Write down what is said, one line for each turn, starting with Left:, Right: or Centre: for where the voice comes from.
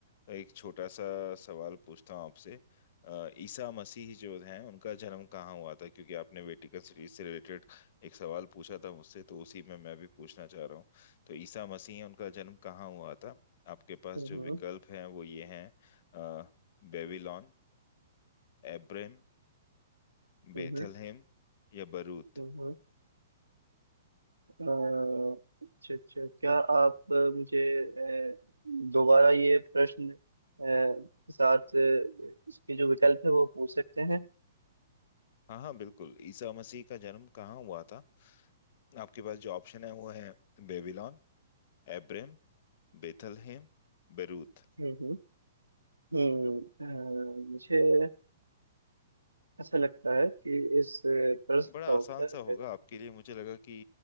Left: तो एक छोटा सा सवाल पूछता हूँ आपसे अ, ईसा मसीह जो हैं उनका जन्म कहाँ हुआ था क्योंकि आपने वेटिकन सिटीज से रिलेटेड एक सवाल पूछा था मुझसे तो उसी में मैं भी पूछना चाह रहा हूँ तो ईसा मसीह हैं, उनका जन्म कहाँ हुआ था आपके पास
Right: हम्म
Left: जो विकल्प हैं वो ये हैं अ, बेबीलोन एब्रेम
Right: हम्म
Left: बेथलहेम या बरूत
Right: हम्म हम्म, अ, अच्छा अच्छा क्या आप अ, मुझे अ, दोबारा ये प्रश्न अ, के साथ अ, इसके जो विकल्प है वो पूछ सकते हैं
Left: हाँ हाँ बिल्कुल ईसा मसीह का जन्म कहाँ हुआ था आपके पास जो ऑप्शन है वो है बेबीलोन एब्रम बेथलहेम बेरूत
Right: हम्म हम्म अ, मुझे ऐसा लगता है कि इस अ, प्रश्न
Left: बड़ा
Right: का उत्तर
Left: आसान सा होगा आपके लिए मुझे लगा कि